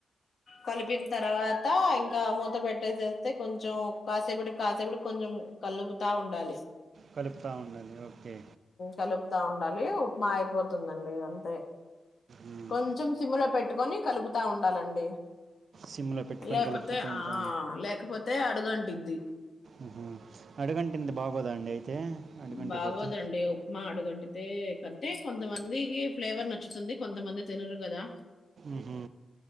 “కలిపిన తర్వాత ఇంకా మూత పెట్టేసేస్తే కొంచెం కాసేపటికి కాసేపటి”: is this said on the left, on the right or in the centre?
Left